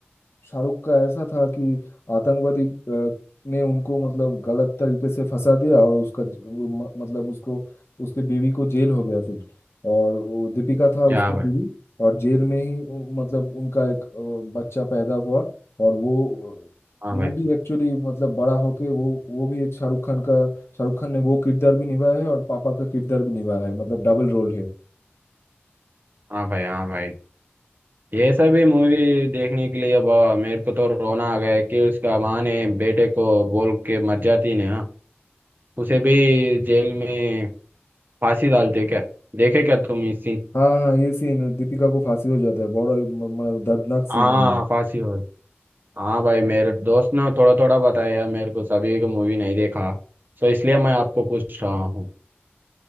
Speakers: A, on the left; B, on the right.
A: अ, शाहरुख का ऐसा था कि आतंकवादी अ, ने उनको मतलब गलत तरीके से फंसा दिया और उसका ज- वो म- मतलब उसको उसके बीवी को जेल हो गया फिर और वो दीपिका था उसका
B: या भाई
A: बीवी और जेल में ही उ- मतलब उनका एक अ, बच्चा पैदा हुआ और वो
B: हाँ
A: वो
B: भाई
A: भी एक्चुअली मतलब बड़ा होके वो वो भी एक शाहरुख खान का शाहरुख खान ने वो किरदार भी निभाया है और पापा का किरदार भी निभाया है मतलब डबल रोल है
B: हाँ भाई हाँ भाई ये सभी मूवी देखने के लिए अब आ, मेरे को तो रोना आ गया है कि उसका माँ ने बेटे को बोल के मर जाती ने हाँ उसे भी जेल में फांसी डालते क्या देखे क्या तुम इस सीन
A: हाँ हाँ ये सीन दीपिका को फांसी हो जाता है बड़ा म- म- दर्दनाक सीन
B: हाँ
A: है
B: फांसी हो हाँ भाई मेरे दोस्त ने थोड़ा थोड़ा बताया मेरे को सभी को मूवी नहीं देखा सो इसलिए मैं आपको पूछ रहा हूँ